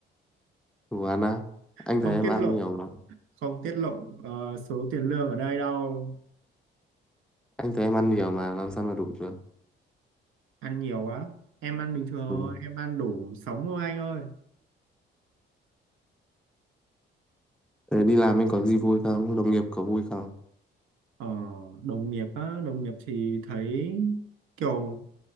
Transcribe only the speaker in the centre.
đủ ăn á anh
thấy em
ăn
nhiều mà
anh thấy em ăn nhiều mà làm sao mà đủ được
ừ.
Ờ, đi làm anh có gì vui không đồng nghiệp có vui không